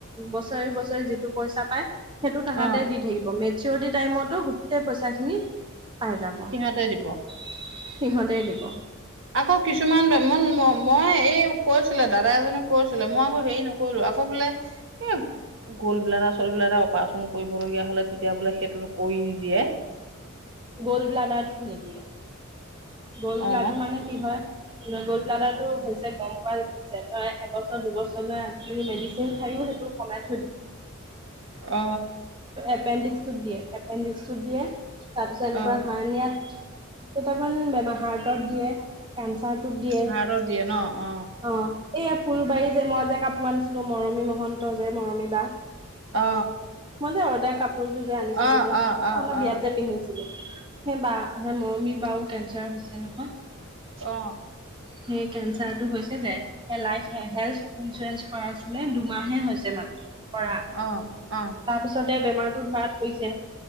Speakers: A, on the right (about 25°); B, on the right (about 60°).
A: বছৰি বছৰি যিটো পইচা পায় সেইটো তাহাঁতে
B: অ
A: দি থাকিব মে চিৰিটি টাইমতো গোটেই পইচা খিনি পাই যাব।
B: সিহঁতে দিব।
A: সিহঁতে দিব।
B: আকৌ কিছুমান মই এই কৈছিলে দাদা এজনে কৈছিলে মই আকৌ হেৰি ন কৰো আকৌ বোলে, এ গোলবেলাটা চোলবেলা এটা অপাৰচন কৰিবলগীয়া হলে তেতিয়া বোলে সেইটোো কৰি নিদিয়ে।
A: গ'ল্ড ব্লাডাৰটোত নিদিয়ে গ'ল্ ব্লাডু
B: অ
A: মানে কি হয় গল্ড ব্লডাৰ টো হৈছে গম পোৱা তই এবছৰ দুবছৰ ল আ যি মেডিচিন খাইও সেইটো কমাই থৈ দিব।
B: অ,
A: এপেণ্ডিক্সত দিয়ে এপেণ্ডিক্সত দিয়ে তাৰপিছত এনেকুৱা
B: অ
A: হাৰনিয়াত কেইটামান বেম হাৰ্টত দিয়ে কেঞ্চাৰটোত দিয়ে।
B: হাৰ্টত দিয়ে ন অ,
A: অ, এইয়া ফুলবাৰী যে মই যে কাপোৰ আনিছিলোঁ মৰমী মহন্ত যে মৰমী বা,
B: অ,
A: মই যে সদায় কাপোৰযোৰ যে আনিছিলোঁ
B: অ
A: যে
B: অ অ
A: অলপ
B: অ
A: বিয়াত যে পিন্ধিছিলোঁ। সেই বা স মৰমি বাও কেঞ্চাৰ হৈছে নহয়।
B: অ,
A: সেই কেঞ্চাৰটো হৈছে যে লাইফ
B: উম
A: হেল্থ ইঞ্চুৰেঞ্চ কৰা আছিলে দুমাহে হৈছে মাত্ৰ কৰা,
B: অ, অ,
A: তাৰপিছতে বেমাৰটো ধৰাত পৰিছে,